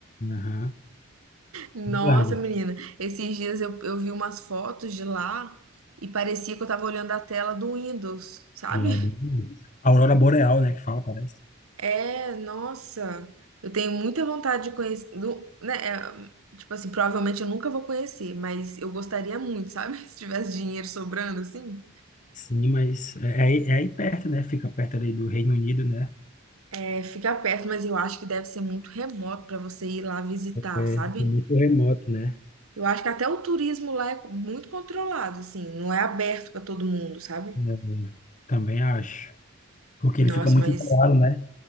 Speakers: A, on the left; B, on the right.
A: Aham,
B: Nossa,
A: verdade.
B: menina. Esses dias eu, eu vi umas fotos de lá e parecia que eu tava olhando a tela do Windows, sabe?
A: E é bem isso. Aurora Boreal, né, que fala, parece.
B: É, nossa, eu tenho muita vontade de conhecer, do, né, é, tipo assim, provavelmente eu nunca vou conhecer, mas eu gostaria muito, sabe? <laughs> Se tivesse dinheiro sobrando, assim.
A: Sim, mas é, é, aí é aí perto, né? Fica perto ali do Reino Unido, né?
B: É, fica perto, mas eu acho que deve ser muito remoto pra você ir lá visitar,
A: É,
B: sabe?
A: é muito remoto, né?
B: Eu acho que até o turismo lá é muito controlado, assim, não é aberto pra todo mundo, sabe?
A: É, também acho. Porque
B: Nossa,
A: ele fica muito
B: mas
A: isolado, né?